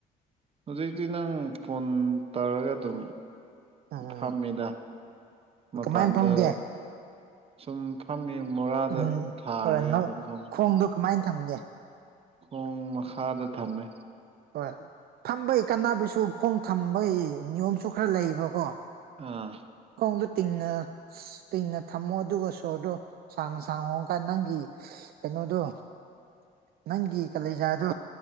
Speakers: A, on the right; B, on the right.
A: ꯍꯧꯖꯤꯛꯇꯤ ꯅꯪ ꯐꯣꯟ ꯇꯧꯔꯒ ꯑꯗꯨꯝ
B: ꯎꯝ
A: ꯐꯝꯃꯤꯗ ꯃꯄꯥꯟꯗ
B: ꯀꯃꯥꯏꯅ ꯐꯝꯒꯦ
A: ꯁꯨꯝ ꯐꯝꯃꯤ ꯃꯣꯔꯥꯗ
B: ꯎꯝ
A: ꯊꯥꯔꯒ
B: ꯑꯥ, ꯅ-
A: ꯑꯗꯨꯝ ꯐꯝꯃꯤ
B: ꯈꯣꯡꯗꯣ ꯀꯃꯥꯏꯅ ꯊꯝꯒꯦ
A: ꯄꯨꯡ ꯃꯈꯥꯗ ꯊꯝꯃꯦ
B: ꯍꯣꯏ ꯐꯝꯕꯒꯤ ꯀꯥꯟꯅꯕꯁꯨ ꯈꯣꯡ ꯊꯝꯕꯒꯤ ꯅꯤꯌꯣꯝꯁꯨ ꯈꯔ ꯂꯩꯕꯀꯣ
A: ꯑꯥ
B: ꯈꯣꯡꯗꯣ ꯇꯤꯡꯅ ꯇꯤꯡꯅ ꯊꯝꯃꯣ ꯑꯗꯨꯒ ꯁꯣꯔꯗꯣ ꯁꯥꯡꯅ ꯁꯥꯡ ꯍꯣꯡꯀꯠ ꯅꯪꯒꯤ ꯀꯩꯅꯣꯗꯣ ꯅꯪꯒꯤ ꯀꯂꯦꯖꯥꯗꯣ